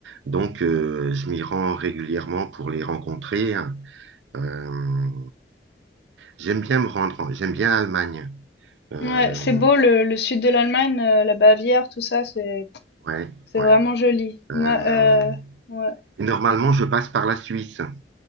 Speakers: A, on the right; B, on the left.
A: Donc, euh, je m'y rends régulièrement pour les rencontrer. Euh, j'aime bien me rendre, j'aime bien l'Allemagne. Euh,
B: Ouais, c'est beau le le sud de l'Allemagne, heu, la Bavière, tout ça, c'est
A: ouais,
B: c'est
A: ouais.
B: vraiment joli. Moi,
A: Euh,
B: heu, ouais.
A: normalement, je passe par la Suisse.